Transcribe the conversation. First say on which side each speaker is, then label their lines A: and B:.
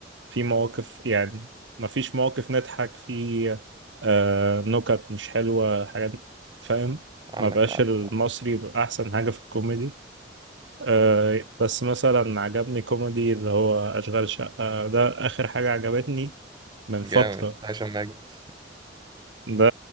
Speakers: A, on the right; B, on the right.
A: في مواقف يعني مفيش مواقف نضحك في آه، نكت مش حلوة حاجات فاهم
B: عندك
A: ما بقاش
B: حق
A: المصري بقى احسن حاجة في الكوميدي آه، بس مثلا عجبني كوميدي اللي هو أشغال شقة ده آخر حاجة عجبتني من فترة
B: جامد هشام ماجد
A: ده